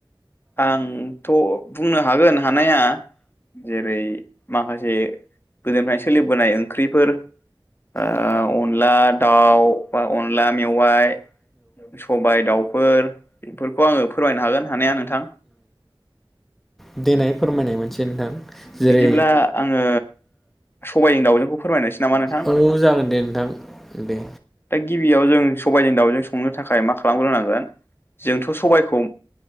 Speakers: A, on the left; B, in the centre.
A: आंथ बुंनो हागोन हानाया जेरै माखासे गोदोनिफ्रायनो सोलिबोनाय ओंख्रिफोर अनला
B: ओ
A: दाउ बा अनला मेवाइ सबाय दाउफोर इफोरखौ आङो फोरमायनो हागोन हानाया नोंथां
B: देनाय फोरमायनाय मोनसे नोंथां जेरै
A: बिदिब्ला आङो सबायनि दाउजोंखौ फोरमायनोसै नामा नोंथां
B: औ जागोन दे नोंथां दे
A: गिबियाव जों सबबायनि दाउजों संनो थाखाय मा खालामग्रोनांगोन जोंथ सबबायखौ